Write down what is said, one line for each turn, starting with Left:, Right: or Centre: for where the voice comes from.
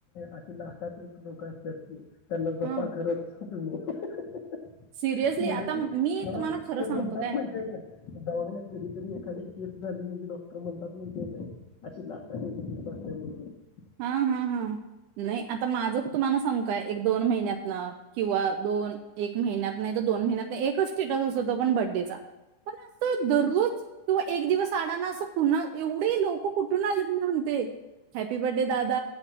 Left: असशी लाखात एक लोक असतात की. त्यांना जपा
Right: हा
Left: खरच. हो <unintelligible>
Right: सिरियसली
Left: म्हणजे
Right: आता
Left: ते
Right: मी तुम्हाला खरं
Left: ते
Right: सांगतो
Left: म्हणतात नाही काय का दवाखण्यात्यात कधीतरी एखादी केस झाली म्हणजे डॉक्टर म्हणतात मी ते काय अशी ला अ म्हण <unintelligible>
Right: हा हा हा नाही आता माझं तुम्हाला सांगु काय एक दोन महिन्यात किंवा दोन एक महिन्यात नाही. तर दोन महिन्यात नाही एकच स्टेटस असत तो पण बडेचा पण अस दररोज तुं एक दिवस अडाना, असं पुन्हा एवढे लोक कुठून आलेत मी म्हणते. हॅप्पी बर्थडे दादा